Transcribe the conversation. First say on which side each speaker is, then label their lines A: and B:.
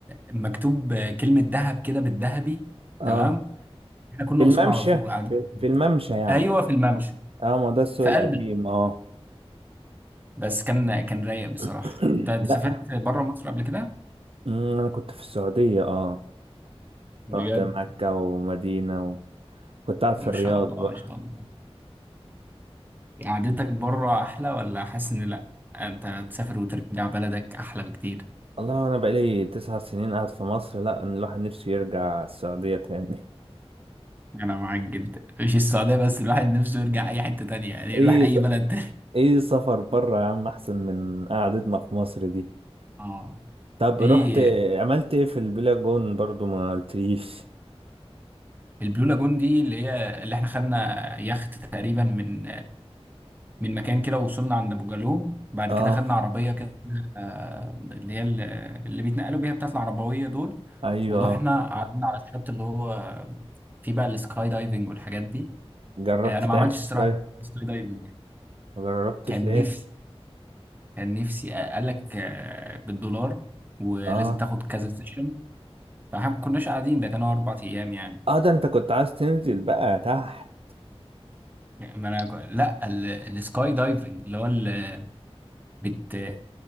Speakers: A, on the right; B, on the right.
A: مكتوب آه، كلمة دهب كده بالذهبي
B: اه
A: تمام احنا كنا
B: في الممشى
A: قصاد على طول قاعدين
B: في في الممشى يعني
A: ايوه في الممشى
B: اه ما ده السوق
A: في
B: القديم
A: قلب
B: اه
A: بس كان كان رايق بصراحة
B: <clears throat>
A: انت أنت
B: لا
A: سافرت بره مصر قبل كده
B: مم، انا كنت في السعودية اه
A: بجد
B: رحت مكة ومدينة وكنت قاعد في
A: ما
B: الرياض
A: شاء الله
B: بقى
A: ما شاء الله يعني قعدتك بره احلى ولا حاسس ان لا انت تسافر وترجع بلدك احلى بكتير
B: والله انا بقالي تسع سنين قاعد في مصر لا أنا الواحد نفسه يرجع السعودية تاني
A: انا معاك جدا مش السعودية بس الواحد نفسه يرجع اي حتة تانية يعني
B: <laughs>
A: يروح
B: ايه
A: اي
B: س-
A: بلد تاني
B: ايه سفر بره يا عم احسن من قعدتنا في مصر دي
A: <laughs> اه
B: طب
A: في
B: رحت عملت ايه في البلاجون برضو ما قلتليش
A: البلو لاجون دي اللي هي اللي احنا خدنا يخت تقريبا من من مكان كده وصلنا عند ابو جالوم بعد
B: اه
A: كده خدنا عربيه كده آه، اللي هي ال- اللي بيتنقلوا بيها بتاعت العربويه دول
B: ايوه
A: ورحنا قعدنا على الشط اللي هو فيه بقى السكاي دايفنج والحاجات دي
B: جربت
A: آه، انا
B: تعمل
A: ما عملتش الصراحه
B: سكاي
A: سكاي دايفنج
B: ما جربتش
A: كان
B: ليه
A: نفسي كان نفسي آه، قال لك آه، بالدولار ولازم
B: اه
A: تاخد كذا سيشن فاحنا ما كناش قاعدين ده كانوا اربع ايام يعني
B: اه ده انت كنت عايز تنزل بقى تحت
A: يعني ما انا لا ال- السكاي دايفنج اللي هو ال- بت